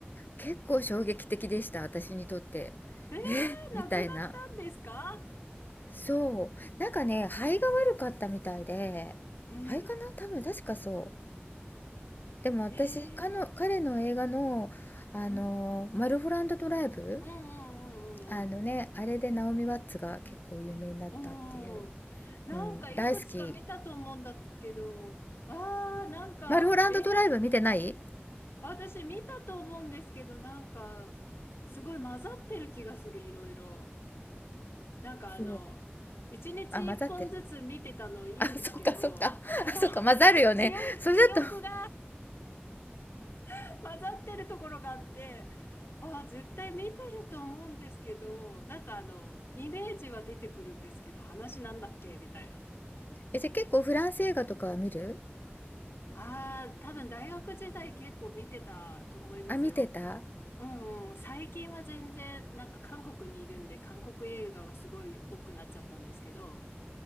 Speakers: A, on the left; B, on the left.
A: 結構衝撃的でした、私にとって。
B: ええ
A: えみたいな。
B: 亡くなったんですか
A: そう。なんかね、肺が悪かったみたいで、
B: うん。
A: 肺かな多分確かそう。でも私、
B: ええ
A: かの、彼の映画の、あの、
B: うん。
A: マルフォランドドライブ、
B: うんうんうんうん
A: あのね、あれでナオミ・ワッツが結構有名になったっていう、
B: うーん。なんかいくつか見たと思うんだけど、
A: うん、大好き。
B: あー、なんか、
A: マルフォランドドライブ見てない
B: えー、私見たと思うんですけど、なんか、すごい混ざってる気がする、いろいろ。なんかあの、
A: そう。
B: 一日一本ずつ見てたのいいんですけど、
A: あ、混ざってる。あ、そっかそっか。
B: あの、
A: あ、そっか、
B: <laughs>
A: 混ざるよね。
B: 記憶、
A: それだと
B: 記憶が <laughs> 混ざってるところがあって、あー、絶対見てると思うんですけど、なんかあの、イメージは出てくるんですけど、話なんだっけみたいな。
A: え、じゃあ結構フランス映画とかは見る
B: ああ、多分大学時代結構見てたと思いますよ。
A: あ、見てた
B: うんうん、最近は全然なんか韓国にいるんで韓国映画がすごい多くなっちゃったんですけど、